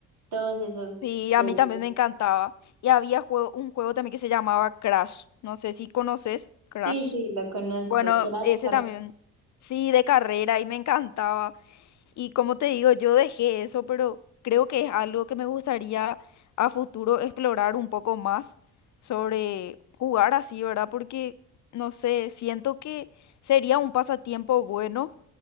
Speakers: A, on the right (about 70°); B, on the left (about 50°).
A: todos esos
B: Sí,
A: de...
B: a mí también me encantaba. Y había juego, un juego también que se llamaba Crash, no sé si conoces Crash.
A: Sí, sí, lo conozco,
B: Bueno,
A: que era
B: ese
A: de carrera.
B: también. Sí, de carrera y me encantaba. Y como te digo, yo dejé eso, pero creo que es algo que me gustaría a futuro explorar un poco más sobre jugar así, ¿verdad? Porque, no sé, siento que sería un pasatiempo bueno